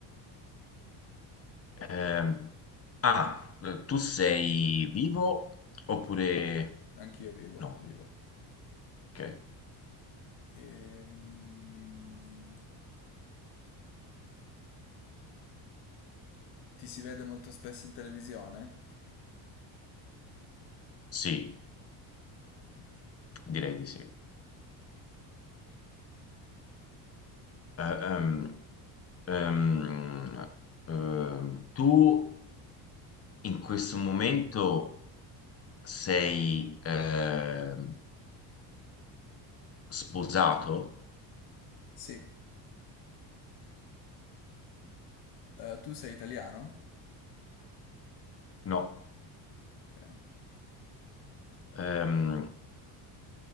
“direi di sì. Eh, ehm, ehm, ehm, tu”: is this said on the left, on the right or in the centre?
Left